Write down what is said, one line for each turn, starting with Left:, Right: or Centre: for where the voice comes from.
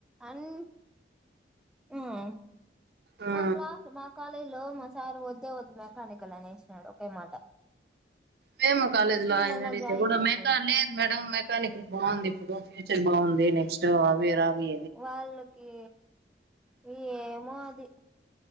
Centre: అన్ వ్మ్
Right: ఆ
Centre: మా క్లాస్ మా కాలేజ్ లో మా సార్ వద్దే వద్దు మెకానికల్ అనేసినాడు ఒకే మాట
Right: ఫేమ కాలేజ్
Centre: సివిల్
Right: లోయన్ని
Centre: అన్నా
Right: అడిగితే
Centre: జాయిన్
Right: కూడా
Centre: చేపియండి
Right: మెకా లేదు మేడం మే కానిక్ కులు బాగుంది ఇప్పుడు ఫ్యూచర్ బాగుంది నెక్స్ట్ అవీరావి
Centre: వాళ్ళకి ఈ ఏమో అది